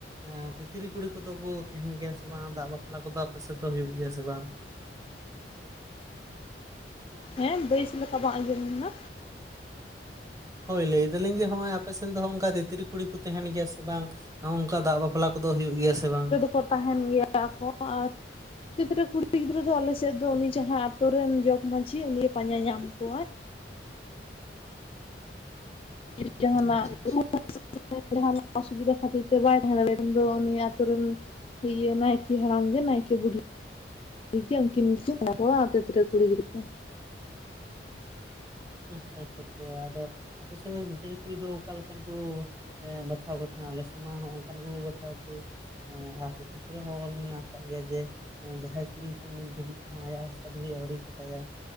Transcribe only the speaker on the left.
ᱦᱮᱸ ᱵᱮᱥ ᱞᱮᱠᱟ ᱵᱟᱝ ᱟᱸᱡᱚᱢ ᱞᱮᱱᱟ᱾
ᱠᱚ ᱛᱟᱦᱮᱱ ᱜᱮᱭᱟ ᱠᱚ ᱟᱨ ᱛᱤᱛᱨᱤ ᱠᱩᱲᱤ ᱜᱤᱫᱽᱨᱟᱹ ᱫᱚ ᱟᱞᱮᱥᱮᱫ ᱫᱚ ᱩᱱᱤ ᱡᱟᱦᱟᱸᱭ ᱟᱛᱳ ᱨᱮᱱ ᱡᱚᱜᱽ ᱢᱟᱺᱡᱷᱤ ᱩᱱᱤ ᱜᱮ ᱯᱟᱸᱡᱟ ᱧᱟᱢ ᱠᱚᱣᱟᱭ᱾ <inaudible> ᱡᱟᱦᱟᱱᱟᱜ <unintelligible>
<unintelligible> ᱡᱟᱦᱟᱱᱟᱜ ᱚᱥᱩᱵᱤᱫᱟ ᱠᱷᱟᱹᱛᱤᱨ ᱛᱮ ᱵᱟᱭ ᱛᱟᱦᱮᱸ ᱫᱟᱲᱮᱭᱟᱫᱟ ᱩᱱ ᱫᱚ ᱩᱱᱤ ᱟᱛᱳ ᱨᱮᱱ ᱦᱮᱸ ᱤᱭᱟ ᱱᱟᱭᱠᱮ ᱦᱟᱲᱟᱢ ᱜᱮ ᱱᱟᱭᱠᱮ ᱵᱩᱰᱷᱤ ᱴᱷᱤᱠ ᱜᱮᱭᱟ ᱩᱱᱠᱤᱱ ᱜᱮᱠᱤᱱ <unintelligible> ᱠᱚᱣᱟ ᱛᱤᱛᱨᱤ ᱠᱩᱲᱤ ᱜᱤᱫᱽᱨᱟᱹ ᱫᱚ᱾